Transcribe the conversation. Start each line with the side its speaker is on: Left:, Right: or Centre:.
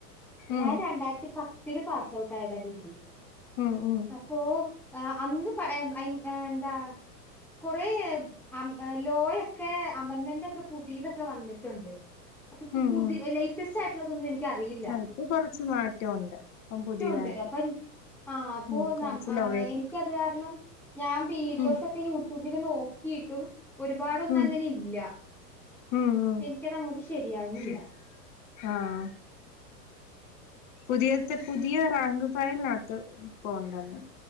Left: ഉം
Centre: ഞാൻ രണ്ടായിരത്തി പത്തില് പാസ് ഔട്ട് യത ഡിഗ്രി
Left: ഉം ഉം
Centre: അപ്പോ അന്ന് എന്താ കൊറേ അഹ് ലോയ ഒക്കെ അമൻമന്റെൊക്കെ പുതിയതൊക്കെ വന്നിട്ടുണ്ട് അപ്പൊ ഇപ്പൊ
Left: ഉം
Centre: പുതിയ
Left: ഉം
Centre: ലേറ്റസ്റ്റ് ആയിട്ടുള്ളതൊന്നും എനിക്കറിയില്ല
Left: ആ ഇപ്പൊ കൊറച്ച് മാറ്റമുണ്ട് ഇപ്പം പുതിയതായിട്ട്
Centre: ണ്ട് അപ്പൊ ആഹ് അപ്പോ
Left: ഉം കൊറച്ച് ലോയൊക്കെ
Centre: എനിക്ക് കാരണം ഞാൻ വീഡിയോസ്
Left: ഉം
Centre: ഒക്കെ യൂട്യൂബില് നോക്കിയിട്ടും ഒരുപാടൊന്നും
Left: ഉം
Centre: അങ്ങനെ ഇല്ല
Left: ഉം ഉം
Centre: എനിക്കത് അങ്ങോട്ട് ശരിയാവുന്നില്ല
Left: ഉം ആഹ് പുതിയത്തെ പുതിയ റാങ്ക് ഫയൽിനകത്ത് പോണ്ടന്ന്